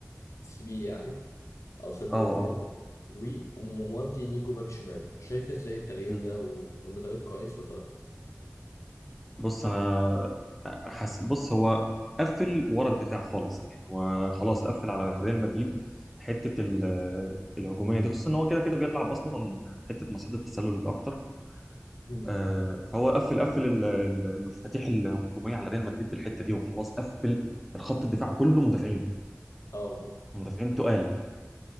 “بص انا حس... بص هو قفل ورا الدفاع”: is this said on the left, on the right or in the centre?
Centre